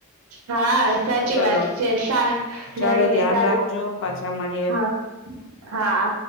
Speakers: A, on the right (about 75°); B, on the left (about 60°).
A: હા. સાચી
B: ચાલો
A: વાત છે સા મળીએ
B: ચાલો ધ્યાન
A: ચાલો
B: રાખજો પાછા મળીએ
A: હા. હા.